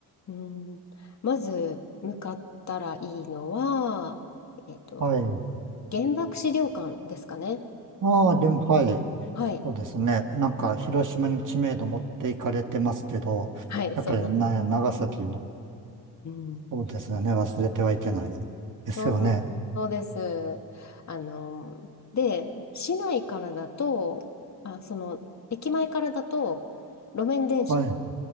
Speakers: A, on the left; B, on the right.
A: うん、まず向かったらいいのは、えっと、
B: はい。
A: 原爆資料館ですかね。
B: ああ、でも、はい、
A: はい。
B: そうですね。なんか、広島に知名度持っていかれてますけど、
A: はい、
B: やっぱり、
A: そうなん。
B: ね、長崎の
A: うん。
B: 方ですよね。忘れてはいけないですよね。
A: そうなん。そうです。あの、で、市内からだと、あ、その、駅前からだと、路面電車
B: はい、